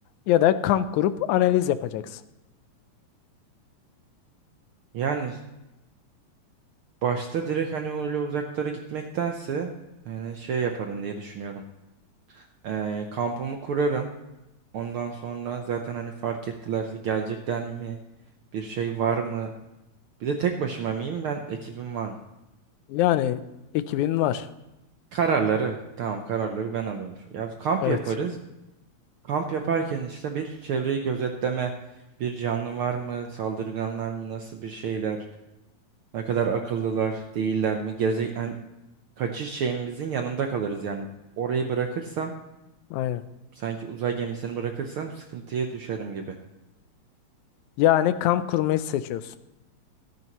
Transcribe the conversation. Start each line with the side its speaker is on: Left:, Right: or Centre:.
Left: Ya da kamp kurup analiz yapacaksın.
Right: Yani başta direkt hani öyle uzaklara gitmektense yani şey yaparım diye düşünüyorum. Ee, kampımı kurarım. Ondan sonra zaten hani fark ettilerse gelecekler mi? Bir şey var mı? Bir de tek başıma mıyım ben? Ekibim var mı?
Left: Yani ekibin var.
Right: Kararları. Tamam kararları ben alıyorum. Ya kamp
Left: Evet.
Right: yaparız. Kamp yaparken işte bir çevreyi gözetleme, bir canlı var mı, saldırganlar mı, nasıl bir şeyler, ne kadar akıllılar, değiller mi, geze yani kaçış şeyimizin yanında kalırız yani. Orayı bırakırsam,
Left: Aynen.
Right: sanki uzay gemisini bırakırsam sıkıntıya düşerim gibi.
Left: Yani kamp kurmayı seçiyorsun.